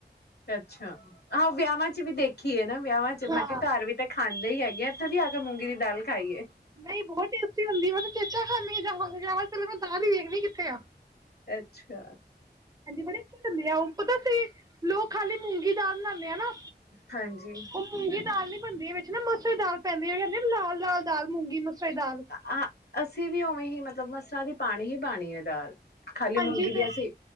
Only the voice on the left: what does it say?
ਅੱਛਾ ਆਹੋ ਵਿਆਵਾਂ ਚ ਵੀ ਦੇਖੀ ਏ ਨਾ ਵਿਆਵਾਂ ਚ
ਮੈਂ ਕਿਹਾ ਘਰ ਵੀ ਤਾਂ ਖਾਂਦੇ ਈ ਹੈਗੇ ਆ ਉੱਥੇ ਵੀ ਹੈਗਾ ਐ ਮੂੰਗੀ ਦੀ ਦਾਲ ਖਾਈਏ।
ਅੱਛਾ।
ਹਾਂਜੀ।
ਆ ਅਸੀਂ ਵੀ ਉਵੇਂ ਹੀ ਮਤਲਬ ਮਸਰਾਂ ਦੀ ਪਾਣੀ ਹੀ ਪਾਣੀ ਐ ਦਾਲ। ਖਾਲੀ
ਮੂੰਗੀ ਦੀ
ਅਸੀਂ,